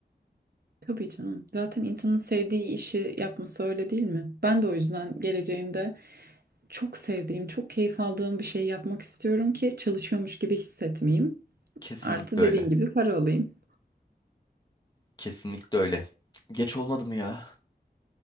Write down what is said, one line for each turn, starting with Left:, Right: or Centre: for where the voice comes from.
Right: Tabii canım. Zaten insanın sevdiği işi yapması öyle değil mi? Ben de o yüzden geleceğimde çok sevdiğim, çok keyif aldığım bir şey yapmak istiyorum ki çalışıyormuş gibi hissetmeyeyim.
Left: Kesinlikle
Right: Artı dediğin
Left: öyle.
Right: gibi para alayım.
Left: Kesinlikle öyle. Geç olmadı mı ya?